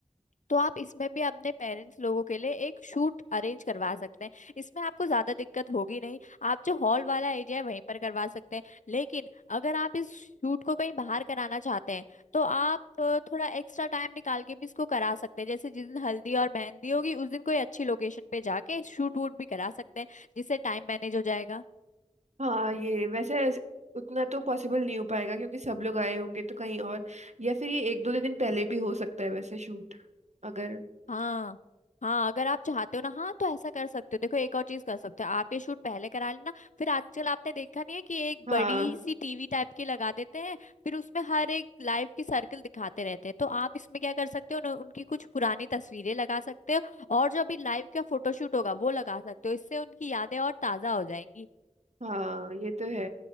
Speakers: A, on the left; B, on the right.
A: तो आप इसमें भी अपने पेरेंट्स लोगों के लिए एक शूट अरेंज करवा सकते हैं इसमें आपको ज्यादा दिक्कत होगी नहीं आप जो हॉल वाला एरिया है वहीं पर करवा सकते हैं लेकिन अगर आप इस शूट को कहीं बाहर कराना चाहते हैं तो आप अ, थोड़ा एक्स्ट्रा टाइम निकाल के भी इसको करा सकते हैं जैसे जिस दिन हल्दी और मेहंदी होगी उस दिन कोई अच्छी लोकेशन पे जाके शूट वूट भी करा सकते हैं जिससे टाइम मैनेज हो जाएगा
B: हाँ ये वैसे ऐस- उतना तो पॉसिबल नहीं हो पाएगा क्योंकि सब लोग आए होंगे तो कहीं और या फिर ये एक दो दिन पहले भी हो सकता है वैसे शूट अगर
A: हाँ हाँ अगर आप चाहते हो ना हाँ तो ऐसा कर सकते हो देखो एक और चीज कर सकते हो आप ये शूट पहले करा लेना फिर आजकल आपने देखा नहीं है कि एक
B: हाँ
A: बड़ी सी टीवी टाइप की लगा देते हैं फिर उसमें हर एक लाइफ की सर्कल दिखाते रहते हैं तो आप इसमें क्या कर सकते हो न- उनकी कुछ पुरानी तस्वीरें लगा सकते हो और जो अभी लाइव का फोटोशूट होगा वो लगा सकते हो इससे उनकी यादें और ताजा हो जाएंगी
B: हाँ ये तो है